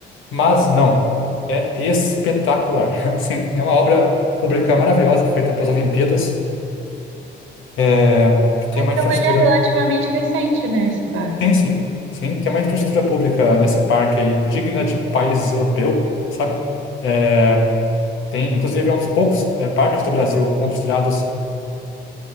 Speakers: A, on the left; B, on the right.
A: mas não, é espetacular. <laughs> Assim, é uma obra pública maravilhosa feita para as Olimpíadas. É, que tem
B: Ah,
A: uma
B: então
A: infraestrutura.
B: ele é relativamente recente, né, esse parque.
A: Tem sim, sim, tem uma infraestrutura pública nesse parque aí, digna de países europeus, sabe? É, tem, inclusive, é um dos poucos é, parques do Brasil construídos